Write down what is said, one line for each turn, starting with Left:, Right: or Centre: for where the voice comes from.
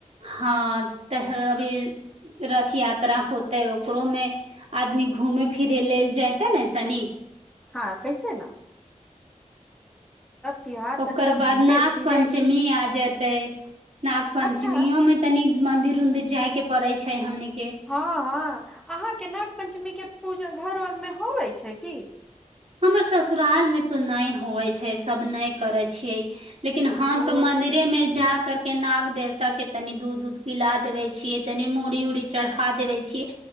Right: हाँ तऽ अभी रथ यात्रा होतै ओकरोमे आदमी घूमे फिरे लेल जयते नै तनी
Centre: हँ कैसे न त्योहार
Right: ओकर
Centre: तनिका
Right: बाद
Centre: घूमे
Right: नाग
Centre: फिरे
Right: पञ्चमी आ जेतै नाग पञ्चमीयो
Centre: अच्छा
Right: मे तनि मन्दिर उदिर जाय के पड़ै छै हमनी के
Centre: हँ हँ अहाँ के नाग पञ्चमीक के पूजा घर ओर मे होबै छै की
Right: हमर ससुराल मे त नय होइ छै सब नय करैय छियै लेकिन हम
Centre: ओ
Right: तो मंदिरे में जा कर के नाग देवता के तनि दूध उध पिला देबे छियै तनि मुड़ी उडी चढ़ा देबे छियै